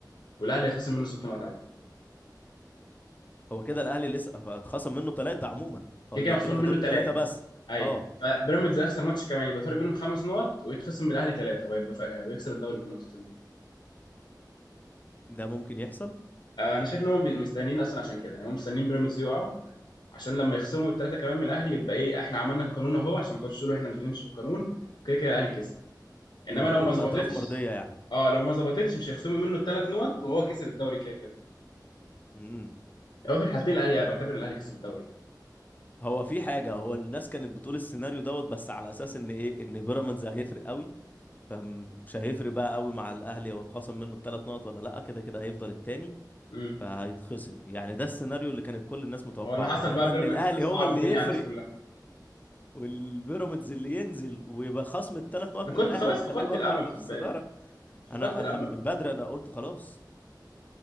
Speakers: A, on the left; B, on the left.
A: والاهلي هيتخصم منه ست نقط عادي
B: هو كده الاهلي لسه اتخصم منه ثلاثه عموما
A: كده
B: هو اللي
A: كده مخصوم
B: كده فاضل
A: منه ثلاثه
B: له ثلاثه بس
A: ايوه
B: اه
A: فبيراميدز هيخسر ماتش كمان يبقى الفرق بينهم خمس نقط ويتخصم من الاهلي ثلاثه ويبقى ف... ويكسب الدوري بالنقطتين دول
B: ده ممكن يحصل
A: آه انا شايف ان هم بي- مستنيين اصلا عشان كده يعني هم مستنيين بيراميدز يقعوا عشان لما يخصموا الثلاثه كمان من الاهلي يبقى ايه احنا عملنا القانون اهو عشان ما تقعدوش تقولوا احنا مش بنمشي بالقانون كده كده الاهلي كسب انما
B: يبقى
A: لو
B: كل
A: ما ظبطتش
B: الاطراف مرضيه يعني
A: اه لو ما ظبطتش مش هيخصموا منه الثلاث نقط وهو كسب الدوري كده كده
B: امم
A: يعني هو في الحالتين الاهلي انا بعتبر ان الاهلي كسب الدوري
B: هو في حاجه هو الناس كانت بتقول السيناريو دوت بس على اساس ان ايه ان بيراميدز هيفرق قوي فمش هيفرق بقى قوي مع الاهلي هو اتخصم منه الثلاث نقط ولا لا كده كده هيفضل التاني
A: امم
B: فهيتخصم يعني ده السيناريو اللي كانت كل الناس متوقعاه
A: هو اللي حصل
B: انما
A: بقى
B: ان
A: بيراميدز
B: الاهلي
A: صعب
B: هو اللي
A: الدنيا
B: يفرق
A: على الناس كلها
B: والبيراميدز اللي ينزل ويبقى خصم الثلاث نقط
A: انا
B: من
A: كنت
B: الاهلي
A: خلاص
B: هيخليه
A: فقدت
B: برضه
A: الامل
B: على
A: خد
B: في الصداره
A: بالك كنت فقدت
B: انا
A: الامل
B: انا من بدري انا قلت خلاص